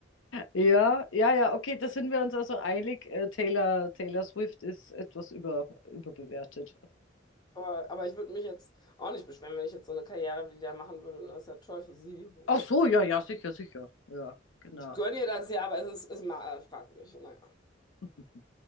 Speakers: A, on the left; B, on the left.
A: Ja, ja, ja, okay, da sind wir uns also einig. Äh, Taylor, Taylor Swift ist etwas über, überbewertet.
B: Voll. Aber ich würde mich jetzt auch nicht beschweren, wenn ich jetzt so eine Karriere wie die da machen würde. Und das ist ja toll für sie,
A: Ach
B: ja.
A: so, ja, ja, sicher, sicher. Ja, genau.
B: Ich gönne ihr das ja, aber es ist, ist mal äh, fragwürdig. Naja.
A: <laughs>